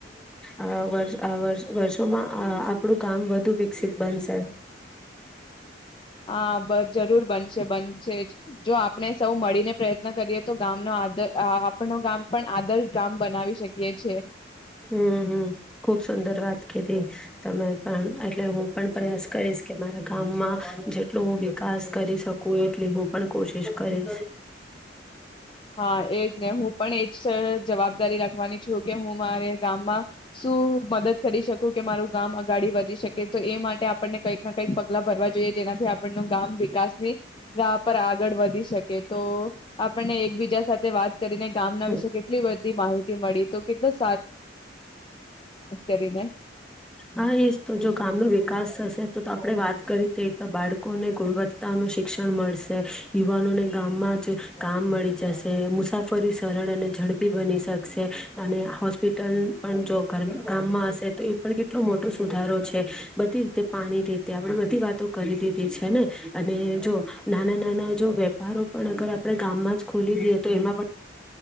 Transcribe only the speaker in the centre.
અ વર્ષ અ વર્ષ વર્ષોમાં અ આપણું કામ વધુ વિકસિત બનશે.
હમ્મ હમ્મ ખુબ સુંદર વાત. કેતી તમે પણ એટલે હું પણ પ્રયાસ કરીશ કે મારા કામમાં જેટલું હું ખાસ કરી શકું એટલી હું પણ કોશિશ કરીશ.
હમ
હા એજ તો જો ગામ નું વિકાસ થશે તો તો આપડે વાત કરી તે તો બાળકોને ગુણવત્તા નું શિક્ષણ મળશે, યુવાનોને ગામમાં જ કામ મળી જશે. મુસાફરી સરળ અને ઝડપી બની શકશે. અને હોસ્પિ ટલ પણ જો ઘર ગામમાં હશે તો એ પણ કેટલો મોટો સુધારો છે. બધી રીતે પાણી રીતે આપણે બધી વાતો કરી દીધી છેને. અને જો નાના નાના જો વ્યાપારો પણ અગર આપણે ગામમાં જ ખોલી દઈએ તો એમાં પણ